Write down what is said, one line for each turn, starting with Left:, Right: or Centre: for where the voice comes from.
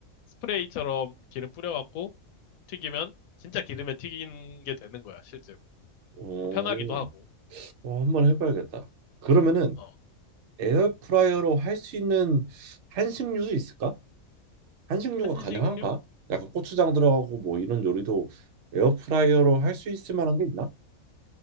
Left: 스프레이처럼 기름 뿌려갖고 튀기면 진짜 기름에 튀긴 게 되는 거야, 실제로.
Right: 오,
Left: 편하기도 하고.
Right: 어, 한번 해봐야겠다. 그러면은
Left: 어,
Right: 에어프라이어로 할 수 있는 한식류도 있을까? 한식류가
Left: 한식류?
Right: 가능한가? 약간 고추장 들어가고 뭐 이런 요리도 에어프라이어로 할 수 있을 만한 게 있나?